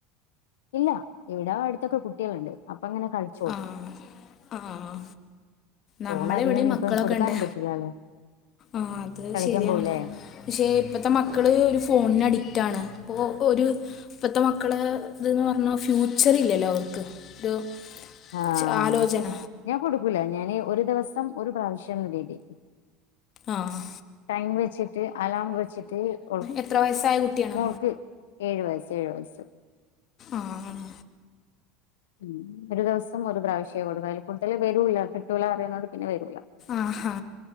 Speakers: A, on the left; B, on the left.
A: ഇല്ല ഇവിട അടുത്തൊക്കെ കുട്ടികളുണ്ട് അപ്പ അങ്ങനെ കളിച്ച
B: ആഹ് ആഹ് നമ്മളെ
A: ഫോൺ അധികം
B: ഇവിടെയും
A: ഇപ്പം
B: മക്കളൊക്കെ
A: കൊടുക്കാനും
B: ഇണ്ട്
A: പറ്റൂലല്ലോ
B: ആഹ് അത്
A: കളിക്കാൻ
B: ശരിയാണ്
A: പോവൂലേ
B: ശ്ശെ ഇപ്പത്തെ മക്കള് ഒരു ഫോണിന് അഡിക്റ്റണ് ഇപ്പൊ ഒരു ഇപ്പത്തെ മക്കള് ഇതന്ന് പറഞ്ഞാ ഫ്യൂച്ചറില്ലല്ലോ അവർക്ക് ഒരു
A: ആഹ്
B: ച് -ആലോചന
A: ഞാൻ കൊടുക്കൂല ഞാന് ഒരു ദിവസം ഒരു പ്രാവശ്യം ന്ന രീതി
B: ആഹ്
A: ടൈം വെച്ചിട്ട് അലാം വെച്ചിട്ട് ഒൾ
B: എത്ര വയസ്സായ കുട്ടിയാണ്
A: മോളുക്ക് ഏഴ് വയസ് ഏഴ് വസ്സ്
B: ആഹ്
A: മ്മ് ഒരു ദിവസം ഒരു പ്രാവശ്യേ കൊടുക്ക അതിൽ കൂടുതൽ വരൂല്ല കിട്ടൂല അറിയാവുന്നോണ്ട് പിന്നെ വരൂല്ല
B: ആഹാ